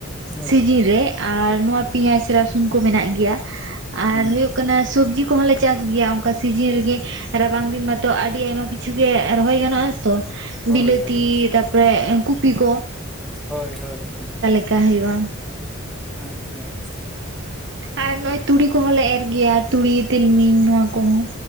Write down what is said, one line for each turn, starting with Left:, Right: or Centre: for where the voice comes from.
Centre: ᱚ
Right: ᱥᱤᱡᱤᱱ ᱨᱮ ᱟᱨ ᱱᱚᱣᱟ ᱯᱮᱸᱭᱟᱡ ᱨᱟᱹᱥᱩᱱ ᱠᱚ ᱢᱮᱱᱟᱜ ᱜᱮᱭᱟ᱾
Centre: ᱦᱩᱸ
Right: ᱟᱨ ᱦᱳᱭᱳᱜ ᱠᱟᱱᱟ ᱥᱚᱵᱡᱤ ᱠᱚᱦᱚᱸᱞᱮ ᱪᱟᱥ ᱜᱮᱭᱟ ᱚᱱᱠᱟ ᱥᱤᱡᱤᱱ ᱨᱮᱜᱮ ᱨᱟᱵᱟᱝ ᱫᱤᱱ ᱢᱟᱛᱚ ᱟᱹᱰᱤ ᱟᱭᱢᱟ ᱠᱤᱪᱷᱩ ᱜᱮ ᱨᱚᱦᱚᱭ ᱜᱟᱱᱚᱜᱼᱟᱛᱚ᱾
Centre: ᱦᱳᱭ
Right: ᱵᱤᱞᱟᱹᱛᱤ
Centre: ᱦᱳᱭ
Right: ᱛᱟᱯᱚᱨᱮ ᱠᱩᱯᱤ ᱠᱚ᱾
Centre: ᱦᱳᱭ ᱦᱳᱭ ᱦᱳᱭ᱾
Right: ᱪᱮᱠᱟ ᱦᱩᱭᱩᱜᱼᱟ?
Centre: ᱟᱪᱪᱷᱟ ᱟᱪᱪᱷᱟ᱾
Right: ᱟᱨ ᱱᱚᱜᱚᱭ ᱛᱩᱲᱤ ᱠᱚᱦᱚᱸᱞᱮ ᱮᱨ ᱜᱮᱭᱟ ᱛᱩᱲᱤ ᱛᱤᱞᱢᱤᱧ ᱱᱚᱣᱟ ᱠᱚᱦᱚᱸ᱾